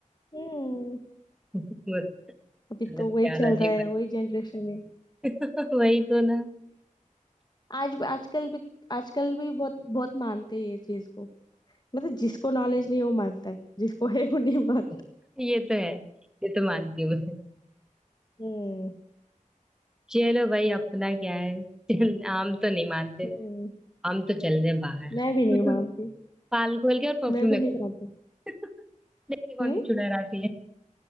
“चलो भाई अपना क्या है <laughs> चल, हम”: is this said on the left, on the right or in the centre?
Centre